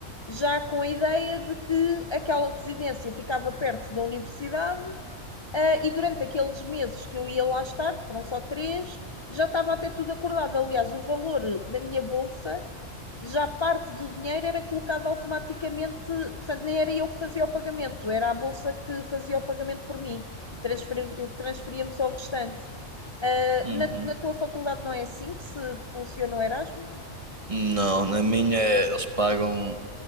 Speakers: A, on the left; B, on the right.
A: já com a ideia de que aquela residência ficava perto da universidade, ah, e durante aqueles meses que eu ia lá estar, que foram só três, já estava até tudo acordado. Aliás, o valor da minha bolsa, já parte do dinheiro era colocado automaticamente, portanto, nem era eu que fazia o pagamento, era a bolsa que fazia o pagamento por mim, Transferi- transferia-me transferia só o restante. Ah,
B: Uhum.
A: na, na tua faculdade não é assim que se funciona o Erasmus?
B: Não, na minha é, eles pagam,